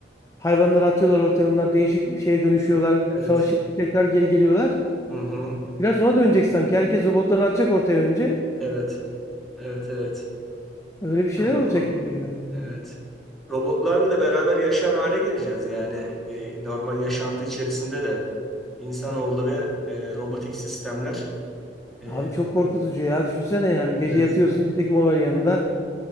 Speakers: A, on the left; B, in the centre.
A: hayvanları atıyorlar ortaya onlar değişik şeye dönüşüyorlar
B: Evet.
A: savaşıp tekrar geri geliyorlar.
B: Hı hı.
A: Biraz ona dönecek sanki herkes robotlarını atacak ortaya önce.
B: Evet. Evet. Evet.
A: <laughs> Öyle bir şeyler
B: Yani
A: olacak
B: o-
A: gibi yani.
B: Evet. Robotlarla da beraber yaşar hale geleceğiz. Yani e, normal yaşantı içerisinde de insanoğlu ve e, robotik sistemler. E,
A: Abi çok korkutucu ya düşünsene yani gece
B: evet.
A: yatıyorsun bir tek o var yanında.